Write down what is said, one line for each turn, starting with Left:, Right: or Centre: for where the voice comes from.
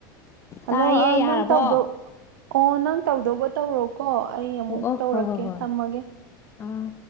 Right: ꯍꯜꯂꯣ
Left: ꯇꯥꯏꯌꯦ
Right: ꯑ
Left: ꯌꯥꯔꯕꯣ
Right: ꯅꯪ ꯇꯧꯗꯧ ꯑꯣ ꯅꯪ ꯇꯧꯗꯧꯕ ꯇꯧꯔꯣꯀꯣ ꯑꯩ ꯑꯃꯨꯛ
Left: ꯑꯣ ꯑꯣ
Right: ꯇꯧꯔꯛꯀꯦ
Left: ꯍꯣ ꯍꯣ ꯍꯣꯏ
Right: ꯊꯝꯃꯒꯦ
Left: ꯑꯥ